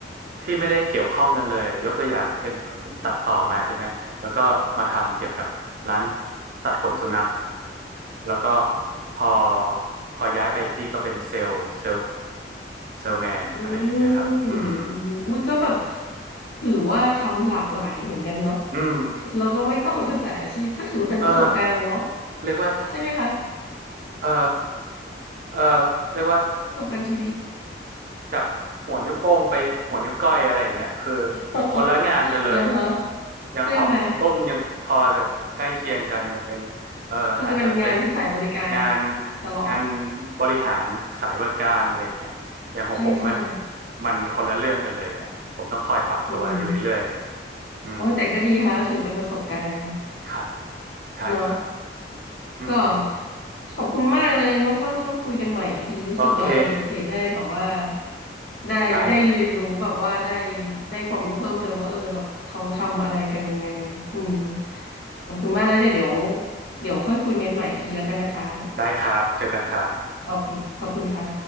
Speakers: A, on the right; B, on the left.
A: ที่ไม่ได้เกี่ยวข้องกันเลยยกตัวอย่างเช่นผมตัดต่อมาใช่ไหมแล้วก็มาทำเกี่ยวกับร้านตัดขนสุนัขแล้วก็พอพอย้ายไปอีกที่ก็เป็นเซลล์เซลล์เซลแมนอะไรอย่างเงี้ยครับอืม
B: อืมอืมอุ้ยก็แบบถือว่าทำหลากหลายเหมือนกันเนาะ
A: อืม
B: เราก็ไม่ต้องศึกษาอาชีพก็ถือว่าเป็นประสบการณ์นะเนาะ
A: เออเรียกว่า
B: ใช่ไหมคะ
A: เออเออเรียกว่า
B: ประสบการณ์ชีวิต
A: จากหัวนิ้วโป้งไปหัวนิ้วก้อยอะไรอย่างเงี้ยคือ
B: <laughs>
A: คนละงานกันเลยอ่ะ
B: อือฮะ
A: อย่างของคนตุ้มยังพอแบบใกล้เคียงกันจะเป็นเอ่ออาจจะเป็น
B: เชื่อไหมคือเป็นงานที่สายบริการ
A: งาน
B: ตลอด
A: งานบริหารสายบริการอะไรอย่างเงี้ยอย่างของผมมัน
B: ใช่ใช่
A: มันคนละเรื่องกันเลยอ่ะผมต้องคอยปรับตัวอยู่เรื่อย
B: อืม
A: ๆอืม
B: โอ้ยแต่ก็ดีค่ะก็ถือเป็นประสบการณ์
A: ครับใช่ครับ
B: เนาะ
A: อืม
B: ก็ขอบคุณมากเลยว่างๆค่อยคุยกันใหม่อีกทีรู้สึกว่าเออโอเคได้แบบว่า
A: โอเค
B: ได้ได้เรียนรู้แบบว่าได้
A: ได้
B: ได้ความรู้เพิ่มเติมว่าเออแบบเขาทำอะไรกันยังไงนะอืมขอบคุณมากเลยเดี๋ยวเดี๋ยวเดี๋ยวค่อยคุยกันใหม่อีกทีแล้วกันนะคะ
A: ได้ครับเจอกันครับ
B: โอเคขอบคุณค่ะ